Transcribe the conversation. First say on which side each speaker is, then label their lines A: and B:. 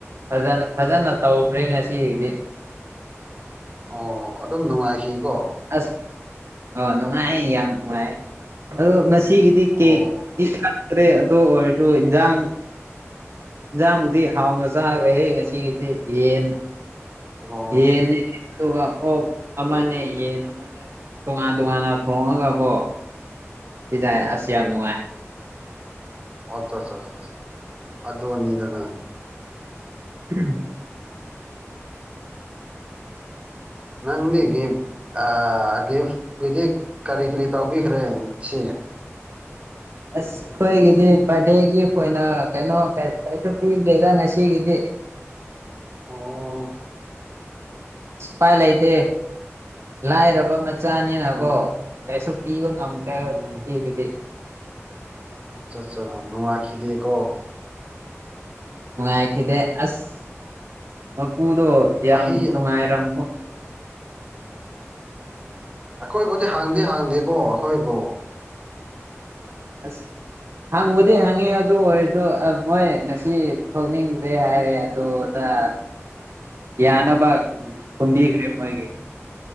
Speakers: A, on the right (about 60°); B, on the right (about 25°).
A: ꯐꯖꯅ ꯐꯖꯅ ꯇꯧꯈ꯭ꯔꯦ ꯉꯁꯤꯗꯤ
B: ꯑꯣ ꯑꯗꯨꯝ ꯅꯨꯡꯉꯥꯏꯈꯤꯀꯣ
A: ꯑꯁ ꯑ ꯅꯨꯡꯉꯥꯏ ꯌꯥꯝ ꯅꯨꯡꯉꯥꯏ ꯑꯗꯣ ꯉꯁꯤ ꯁꯤꯒꯤꯗꯤ
B: ꯑꯣ
A: ꯀꯦꯛ ꯀꯛꯇ꯭ꯔꯦ ꯑꯗꯨ ꯑꯣꯏꯔꯁꯨ ꯏꯟꯖꯥꯡ ꯏꯟꯖꯥꯡꯕꯨꯗꯤ ꯍꯥꯎꯅ ꯆꯥꯈ꯭ꯔꯦ ꯉꯁꯤꯒꯤꯗꯤ ꯌꯦꯟꯅ
B: ꯑꯣ
A: ꯌꯦꯟꯅꯤ ꯑꯗꯨꯒ ꯑꯣꯛ ꯑꯃꯅꯦ ꯌꯦꯟ ꯑꯃꯅꯦ ꯇꯣꯉꯥꯟ ꯇꯣꯉꯥꯟꯅ ꯊꯣꯡꯉꯒꯀꯣ ꯄꯤꯖꯩ ꯑꯁ ꯌꯥꯝ ꯅꯨꯡꯉꯥꯏ
B: ꯑꯆꯥ ꯆꯥ ꯆꯥ ꯆꯥ ꯑꯗꯨꯅꯤꯗꯅ
A: <inaudible>
B: ꯅꯪꯗꯤ ꯒꯦ ꯑꯑ ꯒꯤꯐꯀꯤꯗꯤ ꯀꯔꯤ ꯀꯔꯤ ꯇꯧꯕꯤꯈ꯭ꯔꯦ ꯁꯤ
A: ꯑꯁ ꯑꯩꯈꯣꯏꯒꯤꯗꯤ ꯕꯔꯗꯦ ꯒꯤꯐ ꯑꯣꯏꯅ ꯀꯩꯅꯣ ꯀꯩꯁꯨ ꯄꯤꯗ꯭ꯔꯦꯗ ꯉꯁꯤꯒꯤꯗꯤ
B: ꯑꯣ
A: ꯎꯄꯥꯏ ꯂꯩꯇꯦ ꯂꯥꯏꯔꯕ ꯃꯆꯥꯅꯤꯅꯀꯣ
B: ꯅꯪ
A: ꯀꯩꯁꯨ ꯄꯤꯕ ꯉꯝꯗ꯭ꯔꯦ
B: ꯑꯣ
A: ꯉꯁꯤꯒꯤꯗꯤ
B: ꯑꯆꯥ ꯑꯆꯥꯥ ꯅꯣꯉꯥꯢꯈꯤꯗꯦꯀꯣ
A: ꯅꯨꯡꯉꯥꯏꯈꯤꯗꯦ ꯑꯁ ꯃꯄꯨꯗꯣ ꯌꯥꯝ
B: ꯆꯍꯤ
A: ꯅꯨꯡꯉꯥꯏꯔꯝꯃꯣ
B: ꯑꯩꯈꯣꯏꯕꯨꯗꯤ ꯍꯥꯡꯗꯦ ꯍꯥꯡꯗꯦꯀꯣ ꯑꯩꯈꯣꯏꯕꯨ
A: ꯑꯁ ꯍꯪꯕꯨꯗꯤ ꯍꯪꯉꯦ ꯑꯗꯨ ꯑꯣꯏꯔꯁꯨ ꯃꯣꯏ ꯉꯁꯤ ꯊꯣꯛꯅꯤꯡꯗ꯭ꯔꯦ ꯍꯥꯏꯔꯦ ꯑꯗꯨꯗ ꯑ
B: <inaudible>
A: ꯌꯥꯅꯕ
B: ꯎꯝ
A: ꯀꯨꯝꯕꯤꯈ꯭ꯔꯦ ꯃꯣꯏꯒꯤ